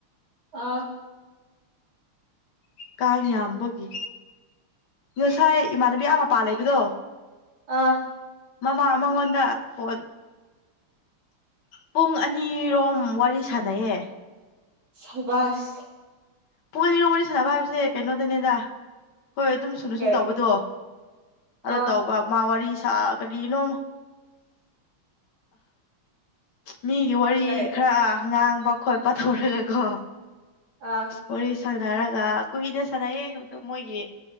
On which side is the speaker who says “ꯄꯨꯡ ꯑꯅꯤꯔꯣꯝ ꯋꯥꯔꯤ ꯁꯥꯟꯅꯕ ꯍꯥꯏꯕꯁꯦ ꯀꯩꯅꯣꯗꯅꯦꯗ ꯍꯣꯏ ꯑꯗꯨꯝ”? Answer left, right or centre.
Left